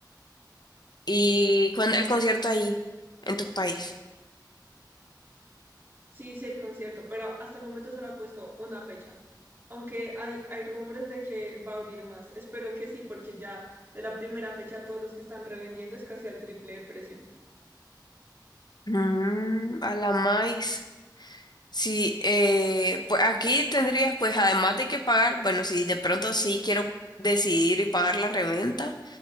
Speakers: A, on the left; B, on the right.
A: ¿Y cuándo el concierto ahí, en tu país?
B: Sí, sí hay concierto, pero hasta el momento solo ha puesto una fecha, aunque hay, hay rumores de que va a abrir más. Espero que sí, porque ya de la primera fecha todos los que están revendiendo es casi al triple de precio.
A: Mm, a la más. Sí, eh, pues aquí tendrías, pues además de que pagar, bueno, si de pronto sí quiero decidir y pagar la reventa,